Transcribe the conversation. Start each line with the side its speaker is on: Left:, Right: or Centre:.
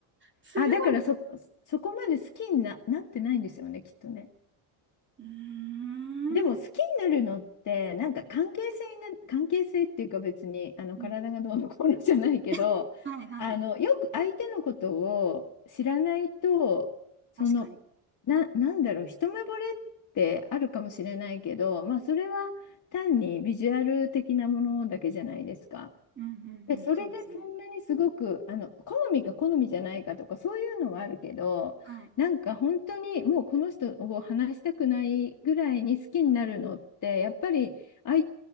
Right: ー、強い。
Left: あ、だからそ、そこまで好きにな、なってないんですよね、きっとね。
Right: うーん。
Left: でも好きになるのってなんか関係性が関係性っていうか別にあの体がどうのこうのじゃないけどあのよく相手のことを知らないとその
Right: うん <laughs> はいはい。確かに。
Left: な、なんだろう一目惚れってあるかもしれないけどまあそれは単にビジュアル的なものだけじゃないですか。
Right: うんうんうん。
Left: で、それでそんなにすごく、
Right: そうですね。
Left: あの、好みか好みじゃないかとか、そういうのはあるけど、
Right: はい。
Left: なんか本当にもうこの人を話したくないぐらいに好きになるのって、やっぱり相